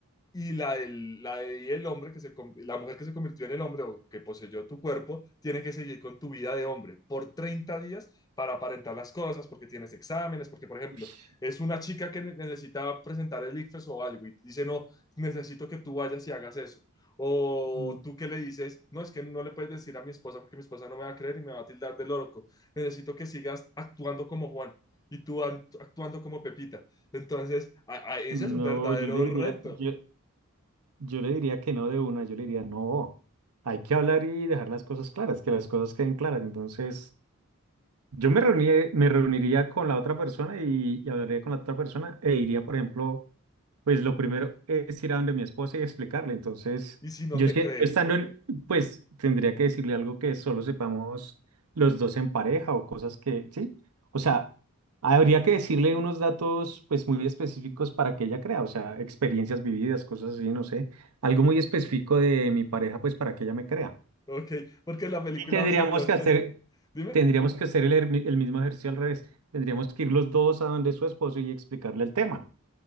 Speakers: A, on the left; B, on the right.
A: Y la, del- la de- y el hombre que se, con- la mujer que se convirtió en el hombre o que poseyó tu cuerpo, tiene que seguir con tu vida de hombre por 30 días para aparentar las cosas, porque tienes exámenes, porque, por ejemplo,
B: Ush,
A: es una chica que ne- necesita presentar el ICFES o algo y dice, no, necesito que tú vayas y hagas eso. O
B: mm,
A: tú que le dices, no, es que no le puedes decir a mi esposa porque mi esposa no me va a creer y me va a tildar de loco. Necesito que sigas actuando como Juan y tú act- actuando como Pepita. Entonces, a- a- ese
B: No,
A: es un verdadero
B: yo le
A: reto.
B: diría, yo, yo le diría que no de una, yo le diría no. Hay que hablar y dejar las cosas claras, que las cosas queden claras. Entonces... Yo me reuniría, me reuniría con la otra persona y, y hablaría con la otra persona e iría, por ejemplo, pues lo primero es ir a donde mi esposa y explicarle. Entonces,
A: Y si no
B: yo
A: te
B: si-
A: cree,
B: yo estando en, pues tendría que decirle algo que solo sepamos los dos en pareja o cosas que, sí. O sea, habría que decirle unos datos pues muy específicos para que ella crea, o sea, experiencias vividas, cosas así, no sé, algo muy específico de mi pareja pues para que ella me crea.
A: ok, porque la película
B: Y tendríamos
A: se muestra
B: que hacer,
A: así. Dime.
B: Tendríamos que hacer el, ermi- el mismo ejercicio al revés. Tendríamos que ir los dos a donde su esposo y explicarle el tema.